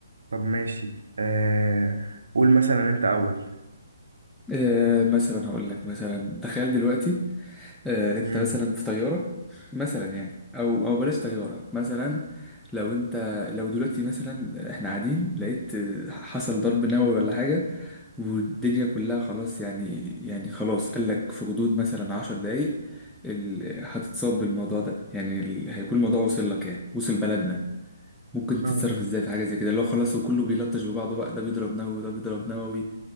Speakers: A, on the right; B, in the centre.
A: طب ماشي آه قول مثلا انت اول
B: آه مثلا هقول لك مثلا تخيل دلوقتي آه، انت
A: امم
B: مثلا في طياره مثلا يعني او او بلاش طياره مثلا لو انت لو دلوقتي مثلا احنا قاعدين لقيت آه، حصل ضرب نووي ولا حاجه والدنيا كلها خلاص يعني يعني خلاص قال لك في غضون مثلا عشر دقايق ال- هتتصاب بالموضوع ده يعني ال- هيكون الموضوع وصل لك يعني وصل بلدنا ممكن تتصرف
A: اه
B: ازاي في حاجه زي كده اللي هو خلاص وكله بيلطش ببعضه بقى ده بيضرب نووي وده بيضرب نووي